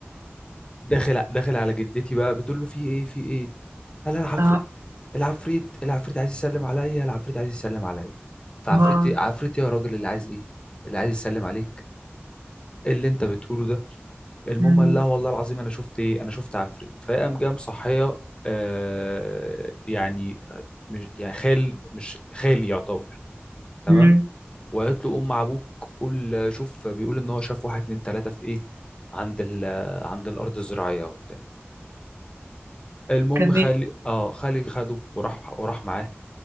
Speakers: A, on the left; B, on the right.
A: داخل داخل على جدتي بقى بتقول له في ايه في ايه قال لها العفريت
B: اه
A: العفريت العفريت عايز يسلم عليا العفريت عايز يسلم عليا فعفريت
B: اه
A: إيه- عفريت إيه يا راجل اللي عايز ايه اللي عايز يسلم عليك إيه اللي انت بتقوله ده المهم
B: مم.
A: قال لها والله العظيم انا شفت ايه انا شفت عفريت فقام جاي مصحيه آه يعني مش يعني خال مش خالي يعتبر تمام
B: مم.
A: وقالت له قوم مع ابوك قول شوف بيقول ان هو شاف واحد اتنين تلاته في ايه عند ال عند الارض الزراعيه وبتاع المهم
B: تمام
A: خالي اه خالي خده وراح وراح معاه